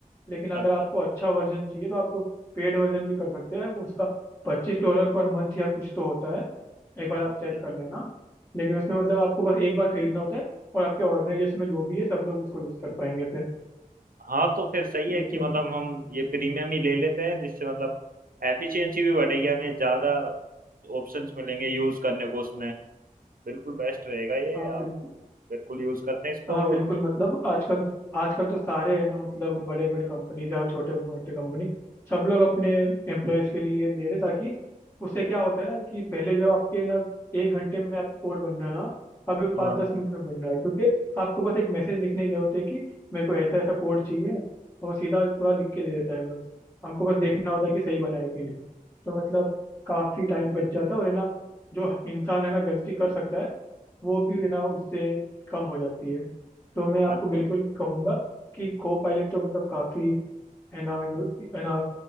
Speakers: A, on the left (about 20°); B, on the right (about 80°).
A: लेकिन अगर
B: अच्छा
A: आपको अच्छा वर्जन चाहिए तो आपको पेड वर्जन भी कर सकते हैं वो उसका पच्चीस डॉलर पर मंथ या कुछ तो होता है एक बार आप
B: ओके
A: चेक कर लेना लेकिन उसमें मतलब आपको बस एक बार खरीदना होता है और आपके ऑर्गेनाइजेशन में जो भी है सब लोग उसको यूज़ कर पाएंगे फिर
B: हाँ तो फिर सही है
A: लेकिन
B: कि मतलब हम ये प्रीमियम ही ले लेते हैं जिससे मतलब एफिशिएंसी भी बढ़ेगी हमें ज़्यादा ऑप्शंस मिलेंगे यूज़ करने को उसमें बिल्कुल बेस्ट रहेगा ये
A: हाँ
B: हम
A: बिल्कुल
B: बिल्कुल यूज़ करते हैं इसको
A: हाँ बिल्कुल मतलब आजकल आजकल तो सारे है ना मतलब बड़े बड़े कंपनी या छोटे मोटे कंपनी सब लोग अपने एम्प्लॉयज के लिए ले रहे ताकि उससे क्या होता है ना कि पहले जो आपके ना एक घंटे में आपका कोड बन रहा है ना अभी वो
B: हाँ
A: पाँच दस मिनट में बन रहा है क्योंकि आपको बस एक मैसेज लिखने की जरूरत है कि मेरे को ऐसा ऐसा कोड चाहिए और वो सीधा पूरा लिख के दे देता है बस हमको बस देखना होता है कि सही बना है कि नहीं तो मतलब काफी टाइम बच जाता है और है ना जो इंसान है ना गलती कर सकता है वो भी है ना उससे कम हो जाती है तो मैं आपको
B: हाँ
A: बिल्कुल कहूंगा कि को पायलट तो मतलब काफ़ी है ना यू है ना